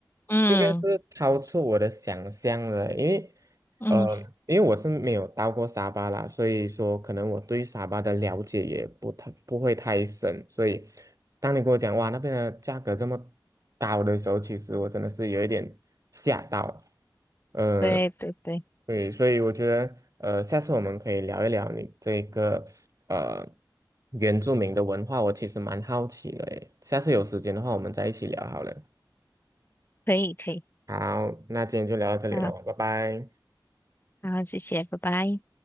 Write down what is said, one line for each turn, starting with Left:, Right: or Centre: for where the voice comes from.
Left: 嗯
Right: 这个是超出我的想象了，因为，
Left: 嗯，
Right: 呃，因为我是没有到过沙巴啦，所以说可能我对沙巴的了解也不太不会太深，所以当你跟我讲哇那边的价格这么高的时候，其实我真的是有一点吓到，呃，
Left: 对对对，
Right: 对，所以我觉得呃，下次我们可以聊一聊你这个呃原住民的文化，我其实蛮好奇的诶，下次有时间的话，我们再一起聊好了。
Left: 可以可以，
Right: 好，那今天就聊到这里喽，
Left: 啊
Right: 拜拜。
Left: 好，谢谢，拜拜。